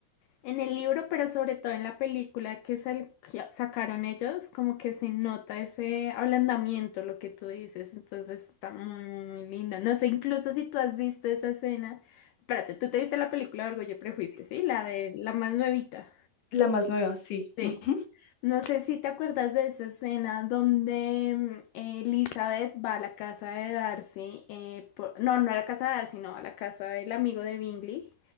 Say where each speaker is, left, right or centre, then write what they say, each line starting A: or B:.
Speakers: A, on the left (about 85°); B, on the left (about 60°).
A: En el libro, pero sobre todo en la película que, sal- que sacaron ellos, como que se nota ese ablandamiento, lo que tú dices, entonces está muy, muy, muy linda. No sé, incluso si tú has visto esa escena, espérate, tú te viste la película de Orgullo y Prejuicio, ¿sí? La de la más nuevita.
B: la más nueva, sí.
A: Sí.
B: ujú,
A: No sé si te acuerdas de esa escena donde mm, eh, Elizabeth va a la casa de Darcy, eh, por- no, no a la casa de Darcy, no, a la casa del amigo de Bingley,